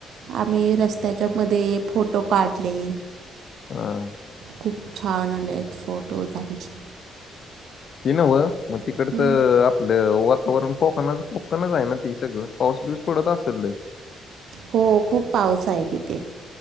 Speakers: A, on the right; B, on the left.
A: आम्ही रस्त्याच्या मध्ये फोटो काढले.
B: हम
A: खूप छान आले आहेत फोटोज आमचे
B: ते नव्ह मग तिकडचं
A: हम्म.
B: वातावरण कोकणच कोकणच आहे ना ते सगळं पाऊस बिऊस पडत असेल लय.
A: हो खूप पाऊस आहे तिथे